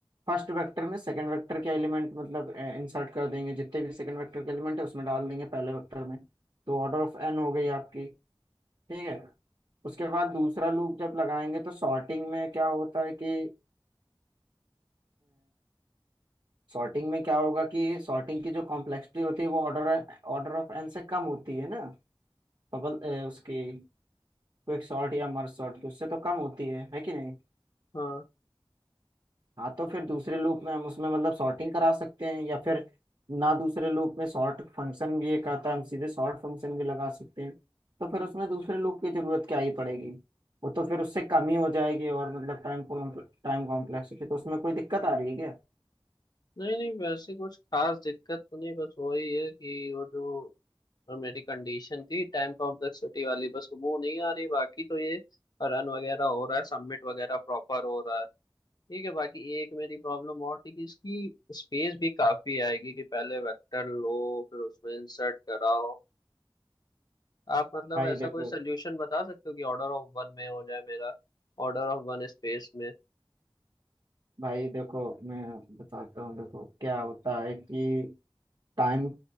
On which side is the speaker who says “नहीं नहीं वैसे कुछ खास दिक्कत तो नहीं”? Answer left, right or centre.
Left